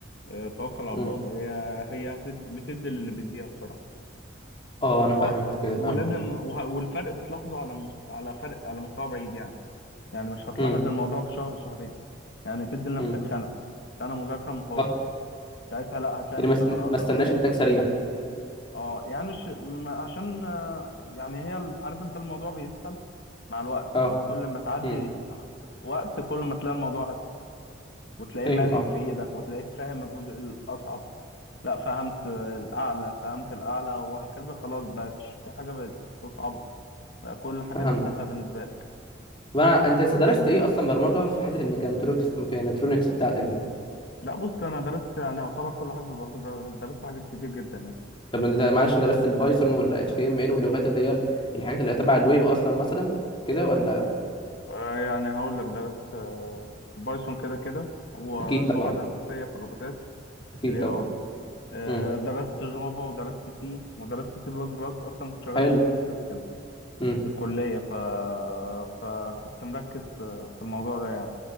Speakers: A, on the left; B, on the left.
A: آه توكل على الله
B: امم
A: هي هي هتد... بتدي للي بيديها بصراحه
B: أه أنا
A: و...
B: فهمت كده
A: ولازم
B: فهمت
A: وه- والفرق بتلاحظه على مس... على فرق على مستوى بعيد يعني يعني مش هتلاحظ
B: امم
A: الموضوع في شهر شهرين يعني تدي لنفسك
B: امم
A: سنة سنة مذاكرة متواصل
B: أه
A: ساعتها لا هتلاقي
B: يعني
A: نفسك
B: ما اس- ما
A: على أرض
B: استناش
A: خصبة
B: إنتاج سريع
A: اه يعني مش م... عشان آه، يعني هي ال- عارف انت الموضوع بيسهل مع الوقت
B: أه
A: يعني كل ما تعدي
B: امم
A: خ- وقت كل ما تلاقي الموضوع أسهل وتلاقيه
B: فاهم
A: مرن
B: أه
A: في ايدك وتلاقيك فاهم الجزء الأصعب لا فهمت آه، الأعلى فهمت الأعلى وهكذا خلاص بقتش في حاجة بقت صعبة بقى كل حاجة
B: فهمت
A: درستها بالنسبة لك
B: طب أنا أنت درست إيه أصلا برمجة في حتة الميكانترونكس الميكانترونكس بتاعتك دي؟
A: لا بص أنا درست يعني يعتبر كل حاجة في البرمجة درست حاجات كتير جدا يعني
B: طب انت ده- معلش درست البايثون ولا اتش تي ام ال واللغات اللي هي ال- الحاجات اللي تبع الويب اصلا مثلا كده ولا
A: آه، يعني هقول لك درست آه، بايثون كده كده هو
B: اكيد
A: اللغة
B: طبعا
A: الأساسية في الروبوتات
B: اكيد
A: في الاي
B: طبعا
A: اي آه،
B: امم
A: درست جافا ودرست سي ودرست سي بلس بلس أصلا كنت شغال
B: حلو
A: امبيدد سيستم
B: امم
A: في الكلية ف... فكنت مركز في في الموضوع ده يعني